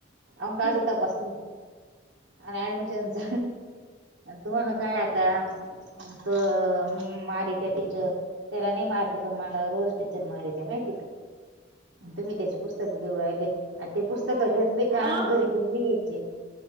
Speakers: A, on the right; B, on the right.
A: अमका
B: हो
A: असं तपासत -- आणि ऍडमिशनच तुम्हाला काय आता तो मारिते टिचर तेला नाहि मारिते पण मला रोज टिचर मारिते माहिती
B: <unintelligible>
A: -- तुम्ही त्याचे पुस्तकं घेऊन राहिले आणि ते पुस्तक घेतले
B: अं
A: का घरी